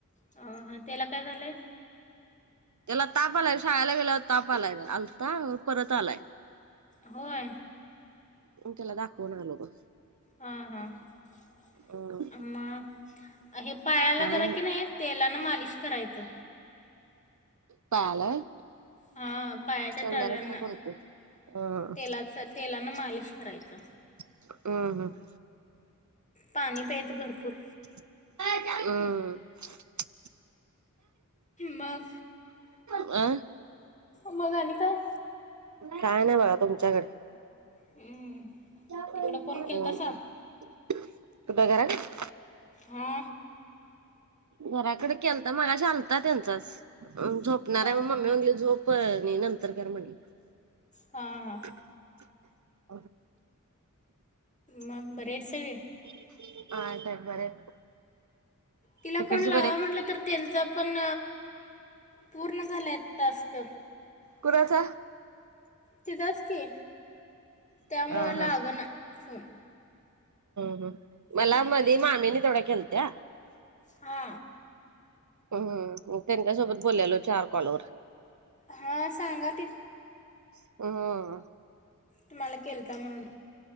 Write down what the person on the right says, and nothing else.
त्याला ताप आलाय शाळेला गेल्यावर ताप आलाय आलता परत आलाय
मग त्याला दाखवून आलो बघ
काय
नाय
पायाला व्हय.
संध्याकाळी
करतो. हम्म
''हं ''हं''
अ'' हं''
अ
काय नाही बघा तुमच्याकड.
हम्
हम्
कुठ घरात.
घराकडे केलता तर मगाशी आलता त्यांचाच. झोपणार
आहे मम्मी म्हणली झोप आणि नंतर कर म्हणाली.
<inaudible>
आहेत आहेत बरे आहेत बघ.
तिकडचे
कुणाचा.
''हं''
हा ''हं
''हं'' मला
मधी मामीनीं तेवढं केलत्या.
होय होय होय. मग त्यांच्या सोबत बोललेलो चार कॉलवर.
''हं''